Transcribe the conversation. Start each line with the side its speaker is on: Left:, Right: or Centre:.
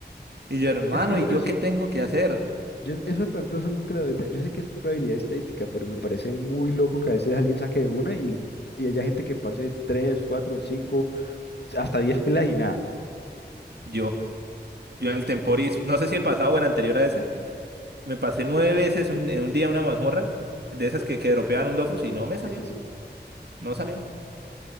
Right: Y yo, hermano,
Left: Eso, eso,
Right: ¿y yo
Left: eso,
Right: qué tengo que hacer?
Left: yo- eso, por ejemplo, eso nunca lo deta- Yo sé que es probabilidad estadística, pero me parece muy loco que a veces alguien saque de una y, y haya gente que pase tres cuatro 5 hasta 10 pelas y nada.
Right: Yo. Yo en el Temporis, no sé si el pasado o el anterior a ese. Me pasé nueve veces un- en un día una mazmorra de esas que, que dropeaban un Dofus y no me salió,
Left: Sí, sí, sí.
Right: no salió.